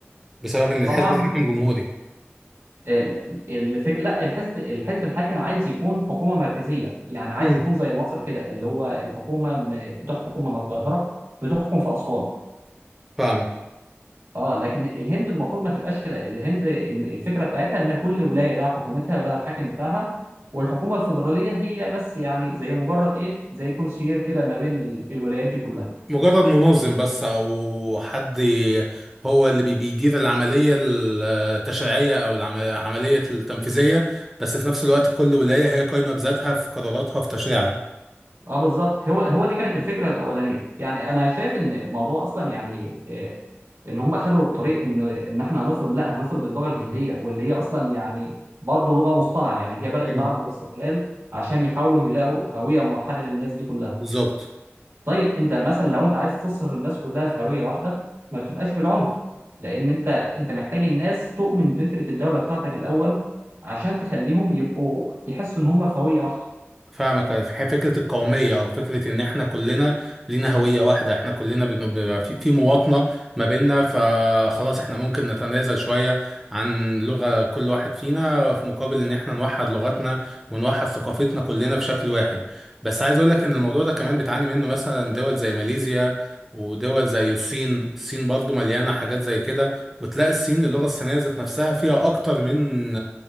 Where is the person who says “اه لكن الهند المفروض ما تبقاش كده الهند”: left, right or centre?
Right